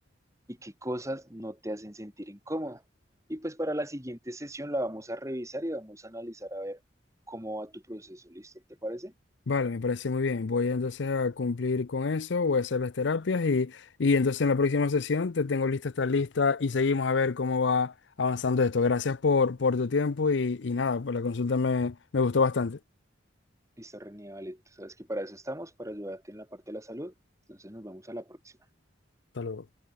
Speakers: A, on the right; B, on the left.
A: y qué cosas no te hacen sentir incómoda. Y pues para la siguiente sesión la vamos a revisar y vamos a analizar a ver cómo va tu proceso. ¿Listo? ¿Te parece?
B: Vale, me parece muy bien. Voy entonces a cumplir con eso, voy a hacer las terapias y, y entonces en la próxima sesión te tengo lista esta lista y seguimos a ver cómo va avanzando esto. Gracias por, por tu tiempo y, y nada, por la consulta me, me gustó bastante.
A: Listo, René, vale. Tú sabes que para eso estamos, para ayudarte en la parte de la salud. Entonces nos vemos a la próxima.
B: Hasta luego.